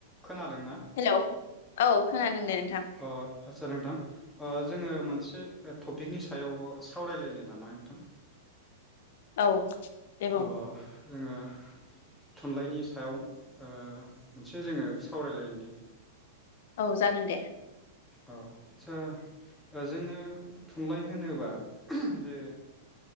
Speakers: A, in the centre; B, on the left.
A: खोनादोंना?
B: हेलौ औ खोनादों दे नोंथां
A: अ आचसा नोंथां जोङो मोन मोनसे टपिकनि सायाव सावरायलायनो नामा नोंथां?
B: औ। दे बुं
A: अ जोङो। थुनलाइनि सायाव ओ मोनसे जोङो सावरायलायनो।
B: औ जागोन दे।
A: औ आस्सा जोङो थुनलाइ होनोबा जे